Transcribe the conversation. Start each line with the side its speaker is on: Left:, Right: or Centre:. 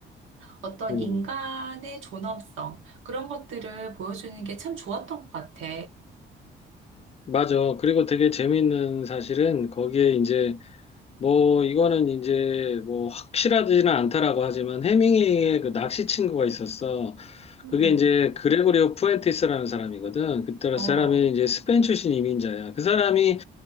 Right: 어떤
Left: 음,
Right: 인간의 존엄성 그런 것들을 보여주는 게 참 좋았던 것 같아.
Left: 맞아. 그리고 되게 재미있는 사실은 거기에 이제 뭐 이거는 이제 뭐 확실하지는 않다라고 하지만 해밍웨이의 그 낚시 친구가 있었어.
Right: 음.
Left: 그게 이제 그레고리오 푸엔티스라는 사람이거든. 그때
Right: 어.
Left: 사람이 이제 스페인 출신 이민자야. 그 사람이